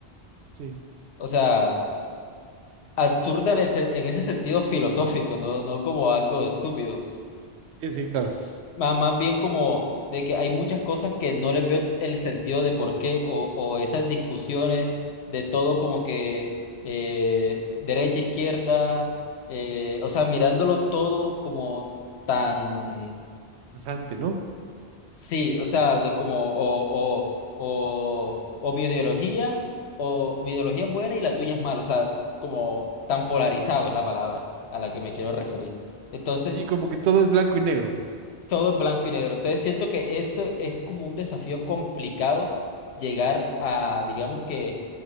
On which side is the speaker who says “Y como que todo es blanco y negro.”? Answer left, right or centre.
Right